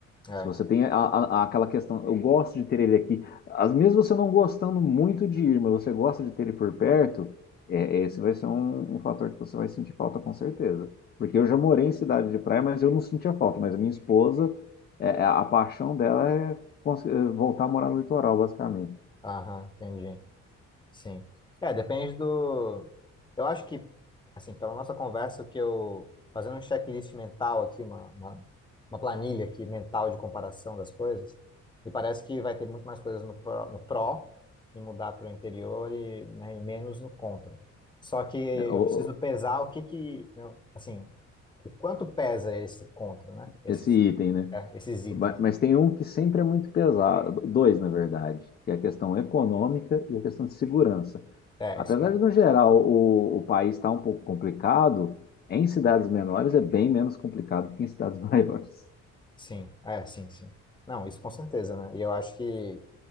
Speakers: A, on the left; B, on the left.
A: É,
B: Se você tem a- a- aquela questão, eu gosto de ter ele aqui. Às vezes você não gostando muito de ir, mas você gosta de ter ele por perto, é, esse vai ser um, um fator que você vai sentir falta com certeza. Porque eu já morei em cidade de praia, mas eu não sentia falta. Mas a minha esposa, é, é, a paixão dela é cons- é voltar a morar no litoral, basicamente.
A: aham, entendi. Sim. É, depende do. Eu acho que, assim, pela nossa conversa, o que eu. Fazendo um checklist mental aqui, uma, uma, uma planilha aqui mental de comparação das coisas, me parece que vai ter muito mais coisas no pró, no pró e mudar para o interior e, né, e menos no contra. Só que eu
B: É, o-
A: preciso pesar o que que. né, assim, o quanto pesa esse contra, né? Esses,
B: Esse item, né?
A: é, esses itens.
B: Ba- Mas tem um que sempre é muito pesado, dois, na verdade, que é a questão econômica e a questão de segurança.
A: É,
B: Apesar
A: isso é.
B: de, no geral, o, o país estar um pouco complicado, em cidades menores é bem menos complicado que em cidades <laughs> maiores.
A: Sim, é, sim, sim. Não, isso com certeza, né? E eu acho que.